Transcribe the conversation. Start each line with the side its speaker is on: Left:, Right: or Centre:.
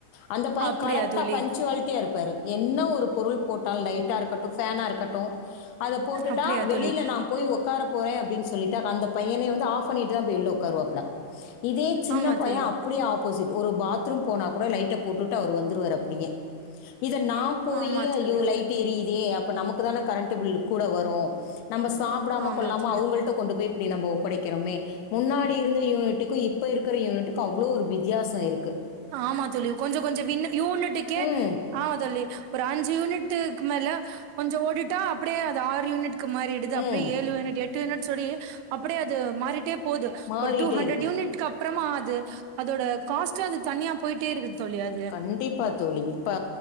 Left: அந்த பையன்
Right: அப்படியா
Left: கரெக்டா
Right: தோழி
Left: பஞ்சுவாலிட்டியா இருப்பாரு என்ன ஒரு பொருள் போட்டாலும் லைட்டா இருக்கட்டும் பேன்அ இருக்கட்டும் அதை போட்டுட்டா
Right: அப்படியா
Left: வெளியில
Right: தோழி
Left: நான் போய் உட்கார போறேன் அப்படின்னு சொல்லிட்டு அந்த பையனே வந்து ஆப் பண்ணிட்டு தா போய் உள்ள உட்காருவாப்புல இதே சின்னப்பையன்
Right: ஆமா தோழி
Left: அப்படியே ஆப்போசிட் ஒரு பாத்ரூம் போனா கூட லைட்ட போட்டுட்டு அவர் வந்துருவாரு அப்படியே இதை நாம் போய்
Right: ஆமா தோழி
Left: ஐயோ லைட் எரியுதே அப்ப நமக்கு தானே கரண்ட் பில்லு கூட வரும் நம்ம சாப்பிடாம
Right: ஆமா
Left: கொள்ளாம
Right: தோழி
Left: அவங்கள்ட கொண்டு போய் நம்ம ஒப்படைக்கிறோமே முன்னாடி இருந்த யூனிட்டுக்கு இப்ப இருக்கிற யூனிட்டுக்கு அவ்ளோ ஒரு வித்தியாச இருக்
Right: ஆமா தோழி கொஞ்சம் கொஞ்சம் வின்னு யூனிட்டுக்கே
Left: ம்,
Right: ஆமா தோழி ஒரு அஞ்சு யூனிட்டுக்கு மேல கொஞ்சம் ஓட்டிட்டா அப்படியே அது ஆறு யூனிட்க்கு மாறிடுது அப்படியே
Left: ம்.
Right: ஏழு யூனிட் எட்டு ட்டு யூனிட் சொல்லி அப்படியே அது மாறிட்டே போது
Left: மாறிட்டே
Right: ஒரு டூ ஹண்ட்ரட்
Left: இருக்குது.
Right: யூனிட்டுக்கு அப் அப்புறமா அது அதோட காஸ்ட்டு சார்ஜ் தண்ணியா போயிட்டே இருக்குது தோழி அது
Left: கண்டிப்பா தோழி இப்ப